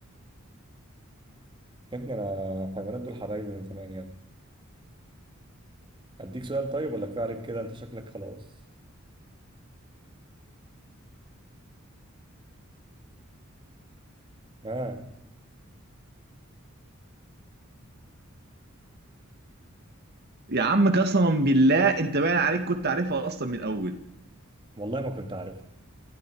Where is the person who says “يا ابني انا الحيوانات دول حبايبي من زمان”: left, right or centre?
Right